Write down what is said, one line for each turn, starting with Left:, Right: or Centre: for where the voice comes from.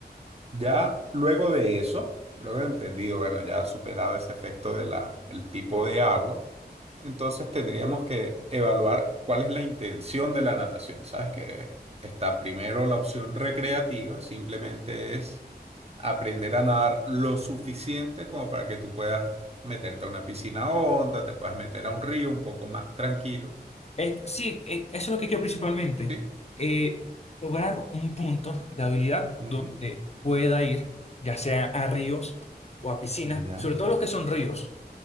Right: Ya luego de eso, luego de entendido, bueno, ya superado ese efecto de la, el tipo de agua, entonces tendríamos que evaluar cuál es la intención de la natación. Sabes que está primero la opción recreativa, simplemente es aprender a nadar lo suficiente como para que tú puedas meterte a una piscina honda, te puedas meter a un río un poco más tranquilo,
Left: Eh, sí, eh, eso es lo que quiero principalmente.
Right: ¿sí?
Left: Eh, lograr un punto de habilidad donde
Right: Ujú.
Left: pueda ir, ya sea a ríos o a piscinas,
Right: Ya,
Left: sobre todo los que son ríos